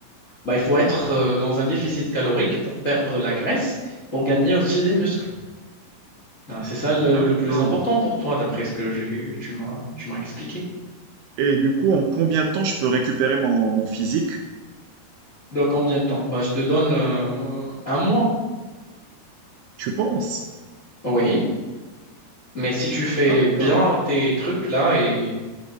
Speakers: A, on the left; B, on the right.
A: Bah, il faut être euh, dans un déficit calorique pour perdre la graisse, pour gagner aussi des muscles. Ah, c'est ça le,
B: D'accord.
A: le plus important pour toi, d'après ce que j'ai, tu m'as, tu m'as expliqué.
B: Et du coup, en combien de temps je peux récupérer mon, mon physique,
A: Donc, combien de temps? Bah, je te donne euh, un mois.
B: tu penses?
A: Oui, mais si tu fais
B: D'accord.
A: bien tes trucs là et